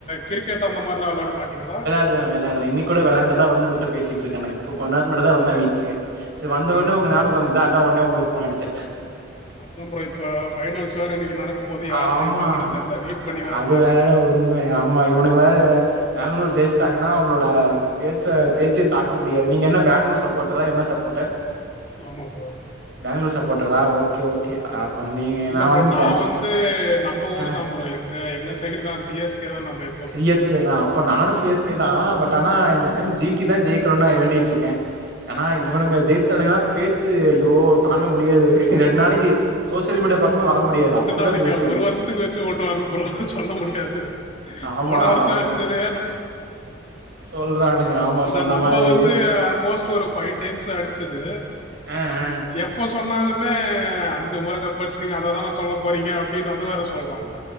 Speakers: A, on the left; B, on the right.
A: கிரிக்கெட் அந்த மாரில்லா விளையாட மாட்டீங்களா
B: அதெல்லா விளையாடுவ இன்னக்கி கூட விளயாண்டுட்டுதா வந்து உங்கிட்ட பேசிட்டு இருக்க நா இப்ப கொஞ்சநேரத்துக்கு முன்னாடி தா வந்த
A: ம்.
B: வீட்டுக்கே சரி வந்த
A: ம்.
B: உன்னே உங்க
A: ம்.
B: ஞாபகோ வந்துதா அதா ஒடனே உங்களுக்கு ஃபோன் அடிச்ச
A: அதா ப்ரோ இப்ப ஃபைனல்ஸ் வேறு இன்னைக்கு நடக்க போது யாரு
B: ஆமா.
A: ஜெயிப்பாங்கனு தெர்ல வெயிட்
B: அ
A: பண்ணி வேற
B: அது
A: பாக்கணு
B: உண்மை ஆமா இவனுங்க வேற பெங்களூர் ஜெயிச்சிட்டாங்கன்னா அவுங்களோட பேச்ச பேச்சே பாக்க முடியாது நீங்க என்ன பேங்களூர் சப்போர்ட்டரா என்ன சப்போர்ட்டர்
A: ஆமா ப்ரோ
B: பேங்களூர் சப்போட்டரா ஓகே ஓகே அப்ப நீங்க
A: இல்ல
B: நா
A: ப்ரோ.
B: வந்து
A: நான்
B: சென்
A: வந்து நம்ப ஊர்
B: ஆ.
A: தா ப்ரோ எங்க எங்க சைடு தா சி எஸ் கே தா நம்ப எ
B: சி எஸ் கே தா அப்ப நானு சி எஸ் கே தா பட் ஆனா இந்த
A: ஆமா.
B: டைம் ஜி டி தா ஜெயிக்கணுனு நா வேண்டிட்டு இருக்க ஏன்னா இவனுங்க
A: ஆமா ப்ரோ.
B: ஜெயிச்சுட்டாங்கனா பேச்சு ஐயோ தாங்க முடியாது ரெண்டு நாளைக்கு சோசியல் மீடியா பக்கமே வர முடியாது அப்படிதா
A: நாளைக்கா?
B: பேசுவாங்க
A: வருஷத்துக்கு வச்சு ஓட்டுவாங்க ப்ரோ. சொல்ல முடியாது
B: ஆமா
A: போன வருஷம்
B: ஆமா
A: அடிச்சதே
B: சொல்றானுங்க ஆமா
A: ஆனா
B: சொன்ன
A: நம்ப
B: மாதிரி
A: வந்து ஆல்மோஸ்ட் ஒரு ஃபைவ் டைம்ஸ் அடிச்சது
B: அ அ
A: எப்போ சொன்னாலுமே அஞ்சு முற கப்படிச்சிடிங்க அததான சொல்ல போறீங்க அப்டின்னு அத வேற சொல்றாங்க